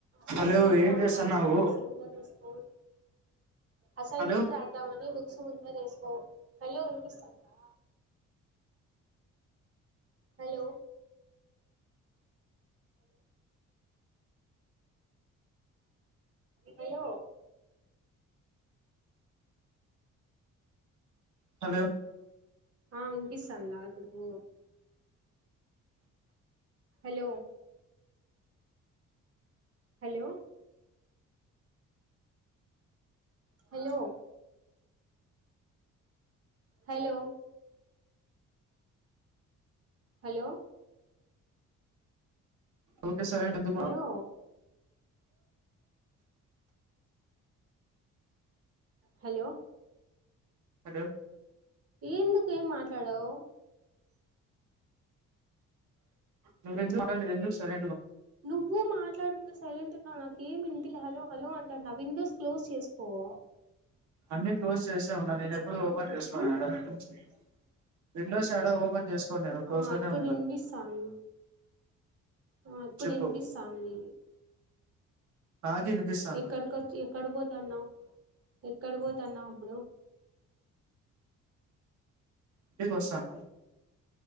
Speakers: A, on the right; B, on the right.
A: సైలెంట్
B: హలో ఏం
A: రాధమని
B: చేస్తున్నావు
A: బుక్స్ ముందడ వేసుకొని, అసైన్మెంట్
B: హలో
A: రాద్దామని బుక్స్ ముందరేసుకో హలో వినిపిస్థాందా హలో హలో
B: హలో
A: ఆ వినిపిస్తాందా ప్పుడూ hello hello hello hello hello
B: okay సారే అంటే ఎందుకు మా
A: హలో హలో
B: హలో
A: ఏందుకు ఏం మాట్లాడవు
B: నువ్వెందుకు మాట్లాడ నేనెందుకు సరే
A: నువ్వు మాట్లాడకుండా సైలెంటున్నావ్ నాకేమినిపియలే హలో హలో అంటన్న విండోస్ క్లోస్ చేసుకోవా
B: అన్ని క్లోజ్ చేసే ఉన్నా నేనెప్పుడూ ఓపన్ చేసుకోను
A: ఆ
B: <unintelligible> విండోస్ ఎడా ఓపన్ చేసుకోన్ నేను క్లోజ్లోనే
A: ఆ ఇప్పుడు
B: ఉంటది
A: వినిపిస్తాంది ఆ ఇప్పుడినిపిస్తాంది
B: చెప్పు నాకే వినిపిస్తాంది
A: ఎక్కడికొచ్చి ఎక్కడపోతాన్నావ్ ఎక్కడపోతన్నావ్ అప్పుడు
B: ఇంటికొస్తాండ